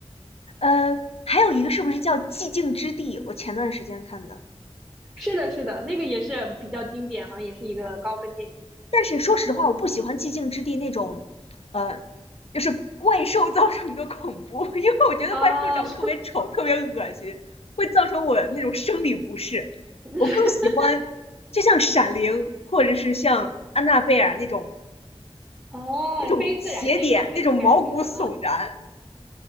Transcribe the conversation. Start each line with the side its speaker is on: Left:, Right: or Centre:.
Left: 呃，还有一个是不是叫寂静之地？我前段时间看的，
Right: 是的，是的，那个也是比较经典，好像也是一个高分电影
Left: 但是说实话，我不喜欢寂静之地那种，呃，就是怪兽造成的恐怖，<laughs> 因为我觉得怪兽长得特别丑，
Right: 啊，是
Left: 特别恶心，会造成我那种生理不适。
Right: <laughs>
Left: 我更喜欢，就像闪灵或者是像安娜贝尔那种
Right: 哦，
Left: 那种邪典，
Right: 非自然现象那种感觉啊。
Left: 那种毛骨悚然。